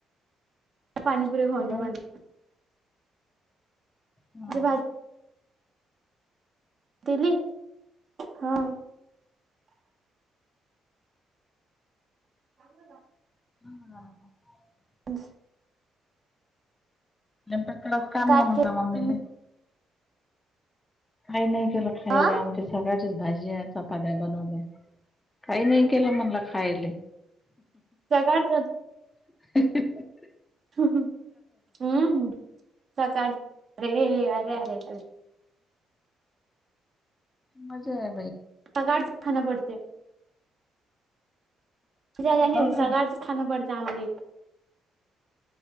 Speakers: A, on the right; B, on the left.
A: पाणीपुरे खाऊ
B: हा.
A: ये म्हणी.
B: हा.
A: भाजी दिली हा. ह <inaudible>
B: ह <inaudible>
A: बस <inaudible>
B: पण कच काम
A: काय
B: नाही म्हगता मम्मीले.
A: तुम्ही
B: काही नाही केल खायला,
A: हा
B: आमच्या सकाळ त भाजी चपात्या बनवल्या, काही नाही केलंय मणला खायले.
A: सकाळचच.
B: ह <unintelligible>
A: हम्म हम्म. काढ, अरे अरे अरे अरे.
B: मजाय.
A: पगार खाण पडते. तुझ्याग
B: हो
A: नाही,
B: ना.
A: सगळच खाणं पडतं आम्हाला. इथं